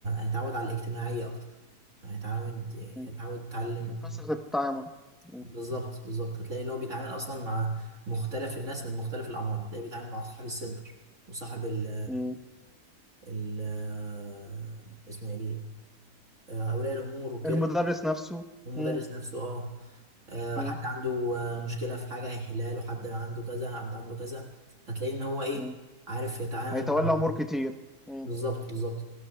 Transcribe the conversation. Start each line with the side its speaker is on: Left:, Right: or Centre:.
Right: هيتعود على الاجتماعية اكتر هيتعود
Centre: مم.
Right: هيتعود يتعلم
Centre: من كثرة التعامل مم.
Right: بالظبط بالظبط هتلاقي ان هو بيتعامل اصلا مع مختلف الناس من مختلف الاعمار هتلاقيه بيتعامل مع صاحب السنتر وصاحب ال
Centre: مم.
Right: ال آه، اسمه ايه ال- آه، اولياء الامور وكده
Centre: المدرس نفسه
Right: والمدرس
Centre: مم.
Right: نفسه اه آه،
Centre: مم.
Right: حد عنده آه، مشكلة في حاجة هيحلها له حد عنده كذا حد عنده كذا هتلاقي ان هو ايه
Centre: مم.
Right: عارف يتعامل
Centre: هيتولى
Right: معاه
Centre: أمور كتير مم.
Right: بالظبط بالظبط